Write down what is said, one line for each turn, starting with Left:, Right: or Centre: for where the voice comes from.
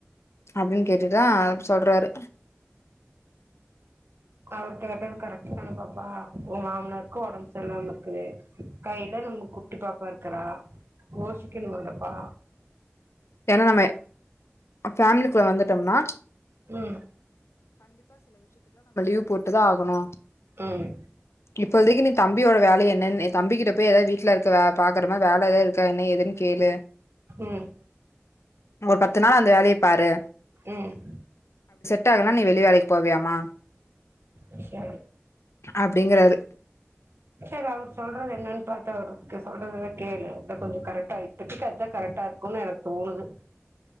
Left: அப்பிடின்னு கேட்டுதா சொல்றாரு
Right: க அவர் கேட்டது கரெக்ட் தான பாப்பா உ மாமனருக்கு ஒடம்பு செரில்லாம இருக்குது கையில நம்ம குட்டி பா ப்பார்க்கறா கோசிக்கணுமல்லப்பா
Left: ஏன்னா நம்ம ஃபேமிலிக்குள்ள வந்துட்டோன்னா
Right: ம்
Left: வ் போட்டுதா ஆகணு
Right: ம்
Left: இப்பழுதிக்கு நீ தம்பியோட வேல என்னன்ன தம்பிக்கிட்ட போய் எதாது வீட்ல இருக்க வே பாக்கறமா வேல ஏதா இருக் த்த என்ன எதுன்னு கேளு
Right: ம்
Left: ஒரு பத்து நாள் அந்த வேலைய பாரு
Right: ம்
Left: ட்டகனா நீ வெளி வேலைக்கு போவியாமா
Right: வி சரி
Left: அப்பிடிங்கறாரு
Right: சேரி அவர் சொல்றது என்னன் பாத்தா அவருக்கு சொல்றததா கேளு அத கொஞ்சோ கரெக்டா இப்பிதிக்கு அதா கரெக்டா இருக்குன்னு எனக்கு தோணுது